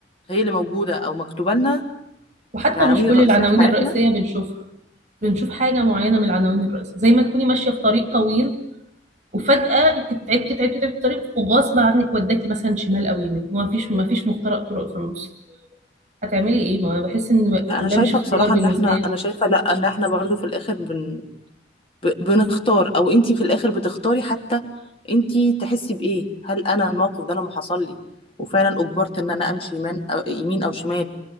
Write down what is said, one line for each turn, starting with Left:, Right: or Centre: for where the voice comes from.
Left: هي اللي موجوده او مكتوبه لنا
Right: وحتى
Left: العناوين
Right: مش كل
Left: الرئيسيه
Right: العناوين
Left: في حياتنا
Right: الرئيسيه بنشوفها بنشوف حاجه معينه من العناوين الرئيسيه زي ما تكوني ماشيه في طريق طويل وفجأة انت تعبتي تعبتي تعبتي في الطريق وغصب عنك وداكي مثلا شمال او يمين وما فيش ما فيش مفترق طرق في النص هتعملي ايه ما انا بحس ان
Left: لا
Right: ده
Left: انا شايفه
Right: مش اختيار
Left: بصراحه
Right: بالنسبه
Left: ان احنا
Right: لي
Left: انا شايفه لا ان احنا برضو في الاخر بن ب- بنختار او انتي في الاخر بتختاري حتى انتي تحسي بايه هل انا الموقف ده لما حصل لي وفعلا اجبرت ان انا امشي يمين او يمين او شمال